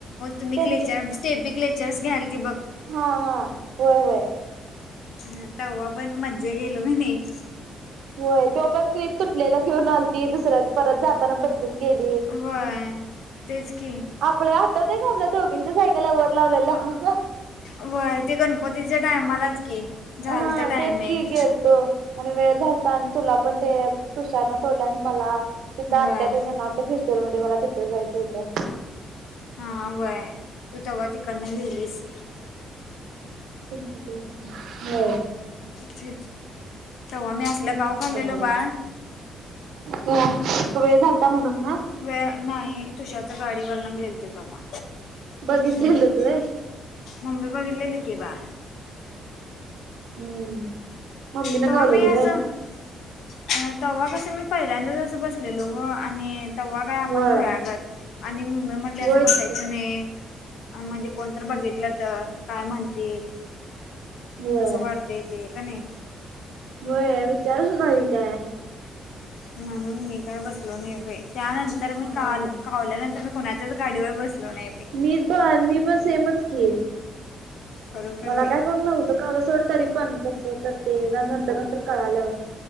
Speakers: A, on the left; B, on the right.
A: तुम्ही
B: त्यांच्या
A: कलेच्या स्टेपिक लेक्चर्स घ्यायल ती बघ.
B: हा हा होय होय.
A: हा तेव्हा पण मज्जा गेलो मी नाही.
B: होय तो पण क्लिप तुटलेला घेऊन आलती दुसऱ्यात परत जात ना बदलून गेली.
A: व्हय तेच की
B: आपल्या आठवत आहे का आपल्या दोघींच्या सायकल वरर लावलेल्या ह ह.
A: व्ह्य ते गणपतीचे टायमालाच की झालत
B: हा
A: टायमिंग
B: तेच कि गेलतो. आणि वेळ झालता आणि तुला पण ते तुषारन सोडलं आणि मला तिथं आत्या
A: व्हय
B: येण्या फेस्टिवल मध्ये मला तिथं जायचं होतं.
A: हा व्हय तू तेव्हा तिकडनं गेलीस.
B: लागल, हो.
A: च तेव्हा मी असलं गाव
B: फोन
A: खाल्लेलो
B: कराल्या
A: बाळ.
B: का वेळ झालता म्हणून ना?
A: वेळ नाही तुषार च्या गाडी वरून घेलते तेव्हा.
B: बघितलेलं
A: म्हणून
B: व्हाय.
A: मम्मी बघितली ली की बाळ.
B: हम्म मम्मी न
A: तेव्हा
B: कावलेली
A: मी अस.
B: व्हय
A: अ तेव्हा कसं मी पहिल्यांदाचसं बसलेलो व आणि ते्हा काय आपण
B: होय
A: खुळ्यागत आणि मुंबईमध्ये असं
B: होयच
A: बसायचं
B: की
A: नाही. म्हणजे कोणीतर बघितलं तर काय म्हणतील?
B: होय
A: कसं वाढतं ते कनाय.
B: होय विचारत. <unintelligible>
A: म्हणून मी काय बसलो नाही त्यानंतर मी
B: हा
A: काल बोलल्यानंतर मी कोणाच्याच गाडीवर बसलो नाही. बाई
B: मी पण मी पण सेमच की
A: खरोखर
B: मला
A: बाई
B: काय नव्हतं. क सोड तरी पण कस तर ते नंतर नंतर कळाल्याव.